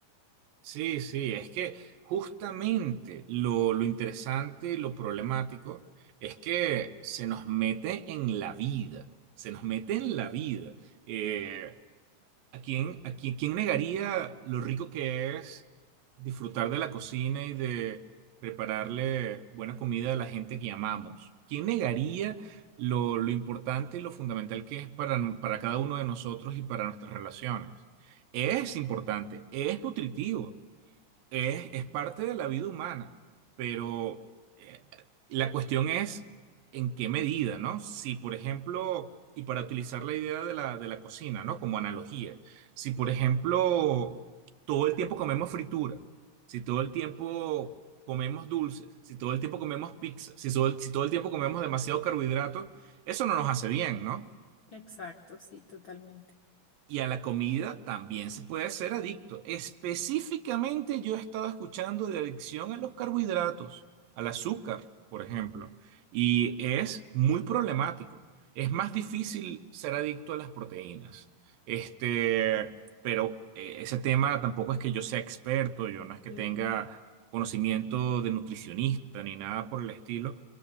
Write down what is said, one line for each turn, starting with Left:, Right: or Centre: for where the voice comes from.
Right: sí, sí, es que justamente lo, lo interesante y lo problemático es que se nos mete en la vida, se nos mete en la vida. Eh, ¿A quién, a quién, quién negaría lo rico que es disfrutar de la cocina y de prepararle buena comida a la gente que amamos? ¿Quién negaría lo, lo importante y lo fundamental que es para, nu- para cada uno de nosotros y para nuestras relaciones? Es importante, es nutritivo. Es, es parte de la vida humana, pero eh, la cuestión es en qué medida, ¿no? Si, por ejemplo, y para utilizar la idea de la, de la cocina, ¿no? Como analogía, si, por ejemplo, todo el tiempo comemos fritura, si todo el tiempo comemos dulces, si todo el tiempo comemos pizza, si todo, el- si todo el tiempo comemos demasiado carbohidrato, eso no nos hace bien, ¿no?
Left: Exacto, sí, totalmente.
Right: Y a la comida también se puede ser adicto. Específicamente yo he estado escuchando de adicción a los carbohidratos, al azúcar, por ejemplo, y es muy problemático. Es más difícil ser adicto a las proteínas. Este, pero eh, ese tema tampoco es que yo sea experto, yo no es que
Left: Sí.
Right: tenga conocimiento de nutricionista ni nada por el estilo,